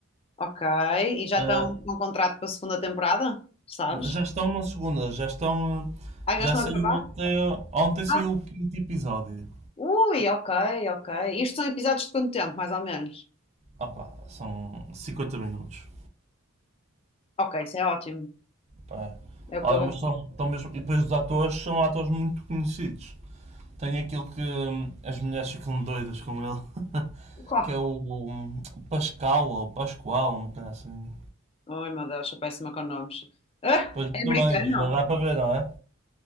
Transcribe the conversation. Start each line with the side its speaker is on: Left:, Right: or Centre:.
Left: ok. E já
Right: Ah,
Left: estão com um contrato para a segunda temporada? Sabes?
Right: já estão na segunda, já estão. eh,
Left: Ah,
Right: já
Left: já estão
Right: saiu
Left: a gravar?
Right: até. Ontem saiu
Left: Ah,
Right: o quinto episódio.
Left: ui, ok, ok. Isto são episódios de quanto tempo, mais ou menos?
Right: Ah pá, são 50 minutos.
Left: Ok, isso é ótimo.
Right: Pá,
Left: É o
Right: Olha,
Left: que eu
Right: mas são, estão mesmo. E depois os atores são atores muito conhecidos. Tem aquele que hum, as mulheres ficam doidas com ele.
Left: gosto.
Right: que é o, o Pascal ou Pascoal, um bocado assim.
Left: Ai, meu Deus, sou péssima com nomes. Ah,
Right: Pois eu
Left: é americano?
Right: também, já dá para ver, não é?